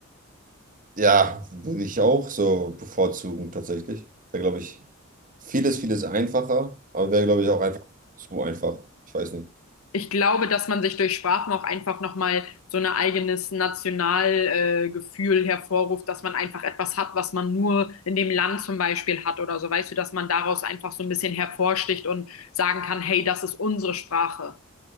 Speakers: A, on the right; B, on the left.
A: Ja, würde ich auch so bevorzugen, tatsächlich. Wäre, glaube ich, vieles, vieles einfacher, aber wäre, glaube ich, auch einfach zu einfach. Ich weiß nicht.
B: Ich glaube, dass man sich durch Sprachen auch einfach nochmal so ein eigenes Nationalgefühl äh, Gefühl hervorruft, dass man einfach etwas hat, was man nur in dem Land zum Beispiel hat oder so. Weißt du, dass man daraus einfach so ein bisschen hervorsticht und sagen kann, hey, das ist unsere Sprache.